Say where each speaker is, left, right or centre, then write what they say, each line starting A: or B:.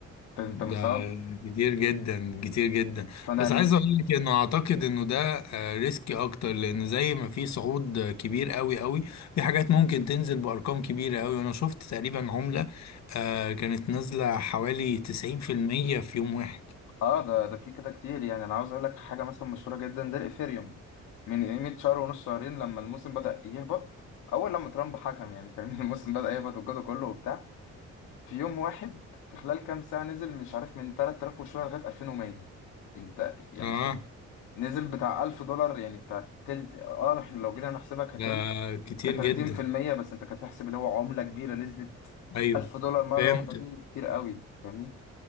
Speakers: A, on the left; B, on the left.
A: انت انت
B: ده
A: مستوعب
B: كتير جدا كتير جدا
A: فانا
B: بس
A: يعني
B: عايز اقول لك انه اعتقد انه ده آه، ريسكي اكتر لان زي ما في صعود آه، كبير قوي قوي في حاجات ممكن تنزل بارقام كبيره قوي وانا شفت تقريبا عمله آه، كانت نازله حوالي 90% في المية في يوم واحد
A: اه ده ده في كده كتير يعني انا عاوز اقول لك حاجه مثلا مشهوره جدا زي الايثيريوم من قيمه شهر ونص شهرين لما الموسم بدا يهبط اول لما ترامب حكم يعني فاهمني <laughs> الموسم بدا يهبط والجو ده كله وبتاع في يوم واحد في خلال كام ساعه نزل مش عارف من 3000 وشويه لغايه 2100 انت يعني
B: اه
A: شت- نزل بتاع 1000 دولار يعني بتاع تل اه احنا لو جينا نحسبها كتل
B: ده كتير
A: ك 30%
B: جدا
A: بس انت كتحسب اللي هو عمله كبيره نزلت
B: ايوه
A: 1000 دولار مره
B: فهمت
A: واحده دي كتير قوي فاهمني